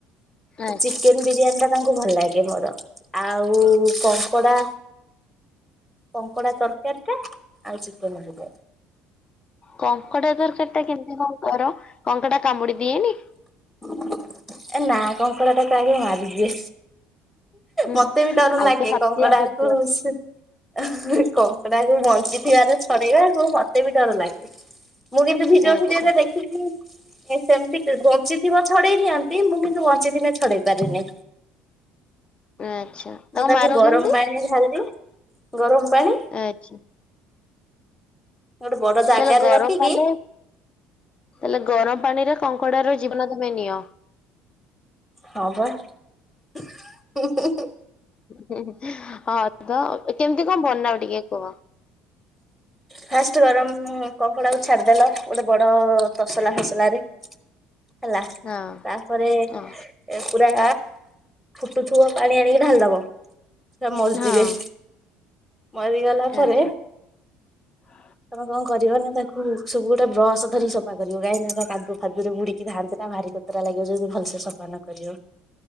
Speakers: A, on the left; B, in the centre.
A: ଆଚ୍ଛା।
B: ଚିକେନ ବିରିୟାନୀ ଟା ତାଙ୍କୁ ଭଲ ଲାଗେ ମୋର ଆଉ କଙ୍କଡ଼ା କଙ୍କଡ଼ା ତରକାରୀ ଟା ଆଉ ଚିକେନ୍ ବିରିଆନୀ।
A: କଙ୍କଡ଼ା ତରକାରୀ ଟା କେମିତି କଣ କର କଙ୍କଡ଼ା କାମୁଡ଼ି ଦିଏନି।
B: ଏ ନା କଙ୍କଡ଼ା ଟା ମୁଁ ଆଗେ ମାରିଦିଏ।
A: ହୁଁ
B: ମତେ ବି ଡ଼ର
A: ଆଗେ
B: ଲାଗେ
A: ହତ୍ୟା
B: କଙ୍କଡାଙ୍କୁ
A: କରିଦିଅ
B: <unintelligible> କଙ୍କଡା। ଭାଇ ମୁଁ ବଞ୍ଚିଥିବାର ଛ଼ଡେଇବାକୁ ମତେ ବି ଡର ଲାଗେ। ମୁଁ କିନ୍ତୁ ଭିଡିଓ
A: ଆଚ୍ଛା
B: ଫିଡିଓରେ ଦେଖଛିି ଏ ସେମିତି ବଞ୍ଚି ଥିବ ଛଡେଇ ଦିଅନ୍ତି ମୁଁ କିନ୍ତୁ ବଞ୍ଚିଥିଲେ ଛଡେଇ ପାରେନି।
A: ଆଚ୍ଛା
B: ମୁଁ ତାକୁ
A: ମାର
B: ଗରମ
A: କେମିତି?
B: ପାଣିରେ ଢାଲିଦିଏ। ଗରମ ପାଣି।
A: ଆଚ୍ଛା
B: ଗୋଟେ ବଡ ଜାଗାରେ
A: ତାହେଲେ ଗରମ
B: ରଖିକି
A: ପାଣିରେ ତାଲେ ଗରମ ପାଣିରେ କଙ୍କଡା ର ଜୀବନ ତମେ ନିଅ।
B: ହଁ ବା ହୁଁ ହୁଁ ହୁଁ।
A: ହୁଁ ହଁ ତ କେମିତି କଣ ବନାଅ ଟିକେ କୁହ।
B: ଫାଷ୍ଟ୍ ଗରମ କଙ୍କଡ଼ା କୁ ଛାଡିଦେଲ ଗୋଟେ ବଡ଼ ତସଲା ଫସଲା ରେ। ହେଲା
A: ହଁ
B: ତାପରେ
A: ହଁ
B: ଏ ପୁରା ଫୁଟୁଥିବ ପାଣି ଆଣିକି ଢାଳିଦବ। ମରିଯିବେ।
A: ହଁ
B: ମରିଗଲା ପରେ
A: ଆଚ୍ଛା। <inaudible>
B: ତମେ କଣ କରିବ ନା ତାକୁ ସବୁ ଗୋଟେ ବ୍ରସ ଧରି ସଫା କରିବ କାହିଁକି ନା ତା କାଦୁଅ ଫାଦୁରେ ବୁଡି଼କି। <unintelligible> ସେଟା ଭାରି କୋତରା ଲାଗିବ ଯଦି ଭଲସେ ସଫା ନ କରିବ।